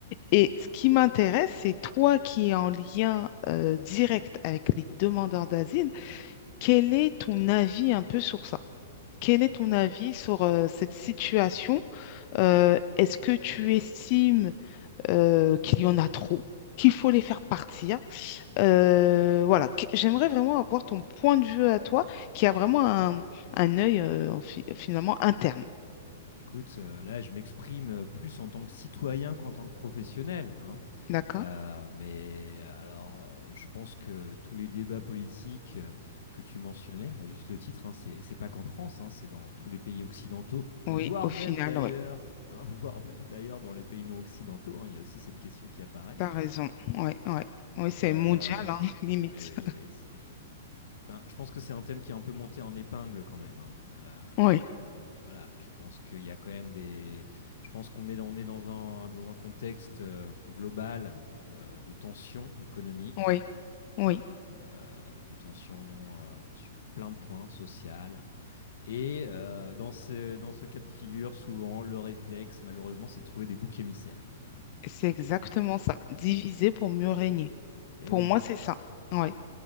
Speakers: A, on the left; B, on the left.
A: Et ce qui m'intéresse, c'est toi qui es en lien euh, direct avec les demandeurs d'asile, quel est ton avis un peu sur ça? Quel est
B: ouais.
A: ton avis sur euh, cette situation? Euh, est-ce que tu estimes euh, qu'il y en a trop, qu'il faut les faire partir? Euh, voilà, que- j'aimerais vraiment avoir ton point de vue à toi, qui a vraiment un, un œil euh, en fi- finalement interne.
B: Écoute, euh, là, je m'exprime euh, plus en tant que citoyen qu'en tant que professionnel, hein.
A: D'accord?
B: Euh, mais euh, alors, euh, je pense que tous les débats politiques euh, que tu mentionnais, à juste titre, hein, c'est c'est pas qu'en France, hein, c'est dans tous les pays occidentaux, voire
A: Oui, au final,
B: même d'ailleurs,
A: oui.
B: hein, <laughs> voire même d'ailleurs dans les pays non occidentaux, hein, il y a aussi cette question qui apparaît.
A: T'as raison. Oui, oui. Oui, c'est
B: Euh,
A: mondial, hein, <laughs> limite.
B: oui, oui, oui, c'est. Ben, je pense que c'est un thème qui est un peu monté en épingle quand même. hein. Euh,
A: Oui,
B: voilà, je pense qu'il y a quand même des. Je pense qu'on est, dans- on est dans un, dans un contexte euh, global euh, de tension économique,
A: oui, oui.
B: hein, euh, de tension euh, sur plein de points sociales. Et euh, dans ce, dans ce cas de figure, souvent, le réflexe, malheureusement, c'est de trouver des boucs émissaires. hein,
A: C'est exactement
B: n'est-ce pas?
A: ça. Diviser pour mieux régner.
B: Et
A: Pour
B: oui,
A: moi, c'est ça. Oui.